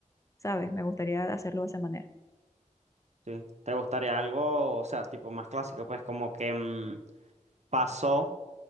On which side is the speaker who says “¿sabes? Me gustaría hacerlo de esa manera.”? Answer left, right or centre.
Left